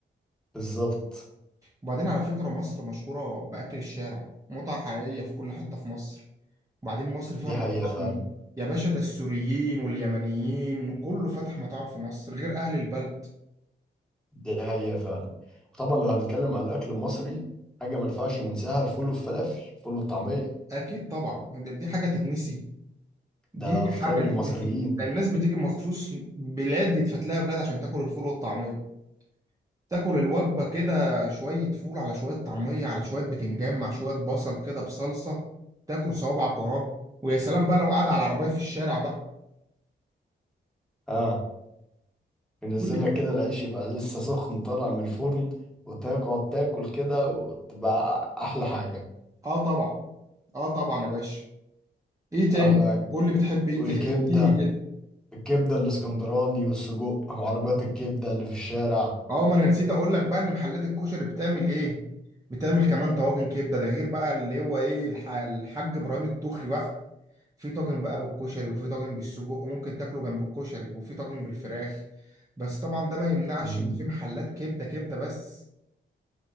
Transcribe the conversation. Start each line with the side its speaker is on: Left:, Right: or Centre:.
Centre: بالظبط
Right: وبعدين على فكرة مصر مشهورة بأكل الشارع متعة حقيقية في كل حتة في مصر وبعدين مصر
Centre: دي
Right: فيها مطاعم
Centre: حقيقة فعلا
Right: يا باشا ده السوريين واليمنيين كله فتح مطاعم في مصر غير أهل البلد
Centre: دي حقيقة فعلا طبعا لو هنتكلم على الأكل المصري حاجة ما ينفعش ننساها الفول والفلافل الفول والطعمية
Right: أكيد طبعا دي دي حاجة تتنسي دي
Centre: ده فطار
Right: حاجة
Centre: المصريين
Right: تتنسي ده الناس بتيجي مخصوص بلاد يتفت لها بلاد عشان تاكل الفول والطعمية تاكل الوجبة كده شوية فول على شوية طعمية على شوية بتنجان مع شوية بصل كده بصلصة تاكل صوابعك وراه ويا سلام بقى لو قاعد على العربية في الشارع بقى
Centre: اه بينزل
Right: قول لي
Centre: لك كده العيش يبقى لسه سخن طالع من الفرن وتقعد تاكل كده وتبقى أحلى حاجة
Right: اه طبعا اه طبعا يا باشا ايه تاني
Centre: أحلى حاجة
Right: قول لي بتحب ايه
Centre: والكبدة
Right: تاني احكي لي كده
Centre: الكبدة الاسكندراني والسجق وعربيات الكبدة اللي في الشارع
Right: اه ما انا نسيت اقول لك بقى ان محلات الكشري بتعمل ايه بتعمل كمان طواجن كبده ده غير بقى اللي هو ايه الح- الحاج ابراهيم الطوخي بقى في طاجن بقى بالكشري وفي طاجن بالسجق وممكن تاكله جنب الكشري وفي طاجن بالفراخ بس طبعا ده ما يمنعش
Centre: مم.
Right: ان في محلات كبده كبده بس